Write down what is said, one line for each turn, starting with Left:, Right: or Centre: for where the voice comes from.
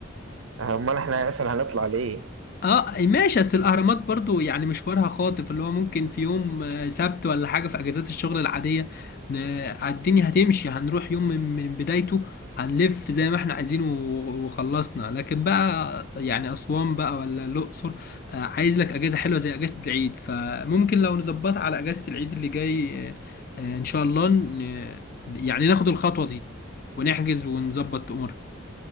Right: أمال إحنا أصلا هنطلع ليه؟
Left: اه ماشي بس الاهرامات برضو يعني مشوارها خاطف اللي هو ممكن في يوم آه، سبت ولا حاجه في اجازات الشغل العاديه ن- آه، الدنيا هتمشي هنروح يوم من من بدايته هنلف زي ما احنا عايزين و- وخلصنا لكن بقى يعني اسوان بقى ولا الاقصر آه، عايز لك اجازه حلوه زي اجازه العيد فممكن لو نظبطها على اجازه العيد اللي جاي آه، آه، ان شاء الله ن- يعني ناخد الخطوه دي ونحجز ونظبط امورنا